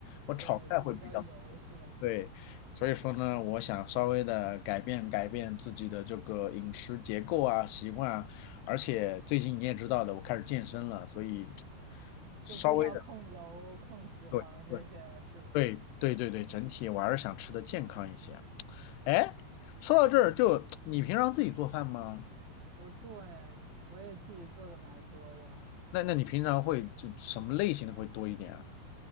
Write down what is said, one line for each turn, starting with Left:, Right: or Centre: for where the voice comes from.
Left: 我炒菜会比较。
Right: 对，就比较油是吧？
Left: 对，所以说呢，我想稍微的改变改变自己的这个饮食结构啊、习惯啊，而且最近你也知道的，我开始健身了，所以稍微的，
Right: 就更要控油、控脂肪这些了是吧？
Left: 对对对对对对，整体我还是想吃的健康一些。哎，说到这儿，就你平常自己做饭吗？
Right: 我做哎，我也自己做的蛮多的。
Left: 那那你平常会就什么类型的会多一点啊？